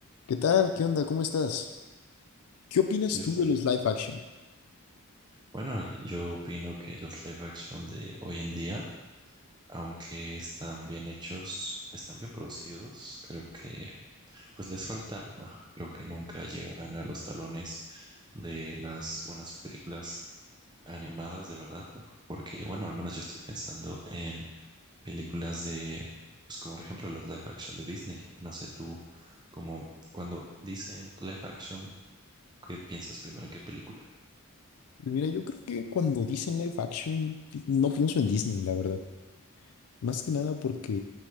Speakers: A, on the left; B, on the right.
A: ¿Qué tal? ¿Qué onda? ¿Cómo estás? ¿Qué opinas
B: Yo
A: tú
B: estoy,
A: de los live action?
B: bueno, yo opino que los live action de hoy en día, aunque están bien hechos, están bien producidos, creo que pues les falta alma. Creo que nunca llegarán a los talones de las buenas películas animadas de verdad, porque bueno, al menos yo estoy pensando en películas de, pues como por ejemplo las live action de Disney. No sé tú, como cuando dicen live action, ¿qué piensas primero en qué película?
A: Mira, yo creo que cuando dicen live action, pi- no pienso en Disney, la verdad. Más que nada porque